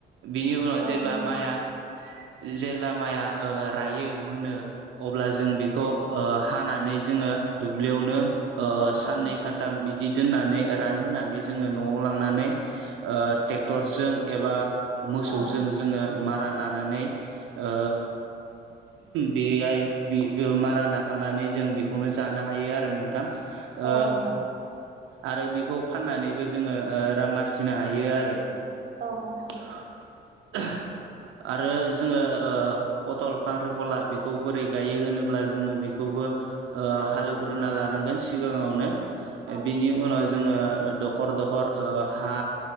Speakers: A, on the right; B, on the right.
A: बिनि उनाव
B: औ
A: जेब्ला
B: नोंथां
A: माइआ जेब्ला माइया ओ रायो मोनो। अब्ला जों बेखौ ओ हानानै जोङो दुब्लियावनो ओ साननै
B: औ
A: सान <unintelligible> बिदि दोननानै रानहोनानै जोङो न'आव लांनानै ओ ट्रेक्टरजों एबा मोसौजों
B: ओ
A: जोङो मारा नानानै ओ बेहाय बि ओ मारा नाखांनानै जों बेखौनो जानो हायो आरो नोंथां ओ
B: औ नोंथां
A: आरो बेखौ फाननानैबो जोङो ओ रां आरजिनो हायो आरो।
B: औ नोंथां।
A: <inaudible> आरो जोङो पथल खांख्रिखला बेखौ बोरै गायो होनोब्ला जोङो बेखौबो ओ हालेवग्रोना
B: औ
A: लानांगोन सिगाङावनो।
B: औ
A: बिनि उनाव जोङो दखर दखर ओ हा